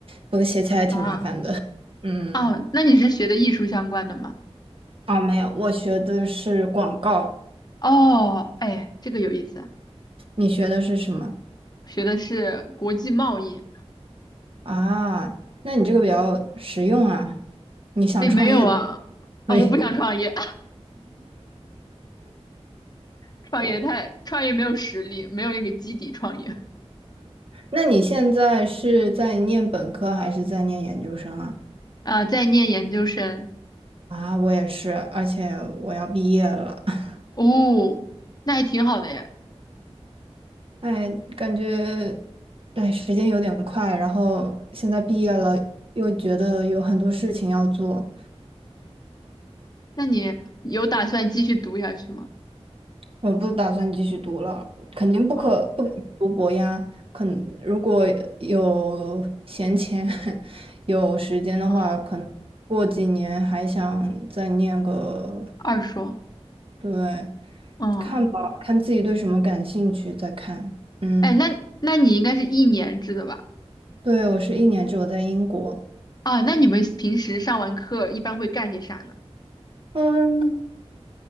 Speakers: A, on the right (about 55°); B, on the left (about 40°).
A: 不过写起来还挺麻烦的，
B: 啊
A: 嗯。
B: 啊，那你是学的艺术相关的吗？
A: 啊，没有，我学的是广告，
B: 哦，哎，这个有意思啊，
A: 你学的是什么
B: 学的是国际贸易。
A: 啊？那你这个比较实用啊，你想创业的话
B: 哎，没有啊，
A: 可以。
B: 啊，我不想创业。创业太，
A: <laughs>
B: 创业没有实力，没有那个基底创业
A: 那你现在是在念本科还是在念研究生啊？
B: 啊，在念研究生
A: 啊，我也是，而且我要毕业了。<laughs>
B: 哦，那还挺好的呀。
A: 哎，感觉，哎，时间有点快，然后现在毕业了，又觉得有很多事情要做。
B: 那你有打算继续读下去吗？
A: 我不打算继续读了，肯定不可不可能读博呀。
B: 哦，
A: 肯如果有闲钱、<laughs> 有时间的话，
B: 嗯，
A: 可能过几年还想再念个，
B: 二硕，
A: 对，
B: 嗯，
A: 看吧，看自己对什么感兴趣再看。嗯，
B: 哎，那那你应该是一年制的吧？
A: 对，我是一年之后在英国，
B: 啊，那你们平时上完课一般会干些啥呢？
A: 嗯，